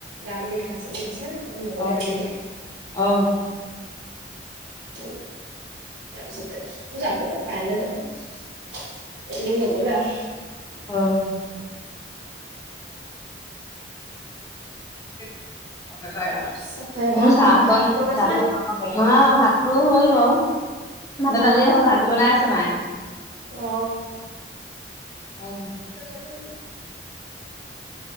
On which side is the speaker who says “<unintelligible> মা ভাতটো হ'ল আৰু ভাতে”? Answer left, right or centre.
Left